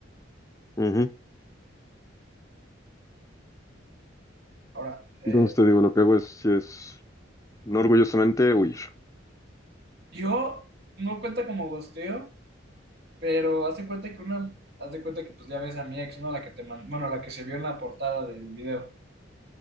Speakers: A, on the left; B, on the right.
A: Ujú.
B: Ahora, eh,
A: Entonces te digo, lo que hago es, sí es, no orgullosamente, huir.
B: yo no cuenta como gosteo, pero haz de cuenta que una, haz de cuenta que pues ya ves a mi ex, ¿no? La que te mandó, bueno, la que se vio en la portada del video.